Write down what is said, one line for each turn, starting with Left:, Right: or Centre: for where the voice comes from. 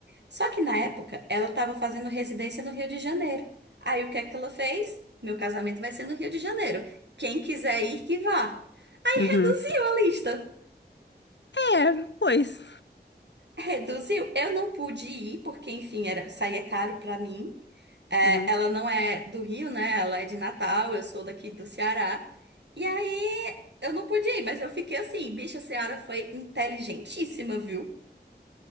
Right: Só que na época ela estava fazendo residência no Rio de Janeiro. Aí o que é que ela fez? Meu casamento vai ser no Rio de Janeiro. Quem quiser ir, que vá. reduziu
Left: Uhum.
Right: a lista.
Left: É, pois.
Right: Reduziu. Eu não pude ir, porque, enfim, era, saía caro pra mim. É,
Left: Uhum.
Right: ela não é do Rio, né? Ela é de Natal, eu sou daqui do Ceará. E aí, eu não pude ir, mas eu fiquei assim, bicha, a Ceara foi inteligentíssima, viu?